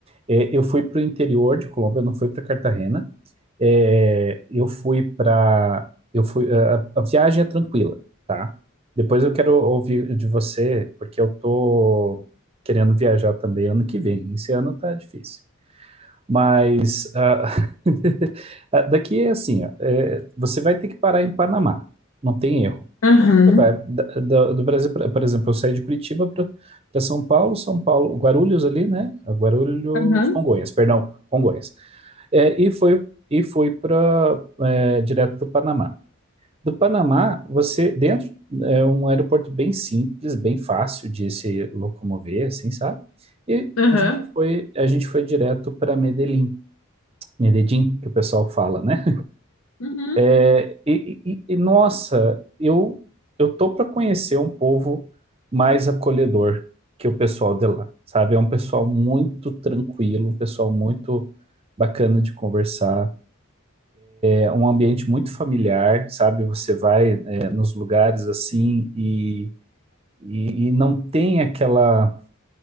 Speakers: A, on the right; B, on the left.
A: É, eu fui para o interior de Colômbia, eu não fui para Cartagena. É, eu fui para, eu fui, a, a viagem é tranquila, tá? Depois eu quero ouvir de você, porque eu tô querendo viajar também ano que vem. Esse ano tá difícil. Mas ah, <laughs> daqui é assim, ó, é, você vai ter que parar em Panamá, não tem erro.
B: Aham,
A: Você vai da- do, do Brasil, pra, por exemplo, eu saí de Curitiba para São Paulo, São Paulo, Guarulhos ali, né? Guarulhos,
B: aham,
A: Congonhas, perdão, Congonhas. É, e foi e foi para direto para o Panamá. Do Panamá, você dentro é um aeroporto bem simples, bem fácil de se locomover, assim, sabe? E
B: aham.
A: a gente foi a gente foi direto para Medellín, Medellín, que o pessoal fala, né?
B: Uhum.
A: É, e, e- e, nossa, eu eu tô para conhecer um povo mais acolhedor que o pessoal de lá, sabe? É um pessoal muito tranquilo, um pessoal muito bacana de conversar, é um ambiente muito familiar, sabe? Você vai, é, nos lugares assim e, e, e não tem aquela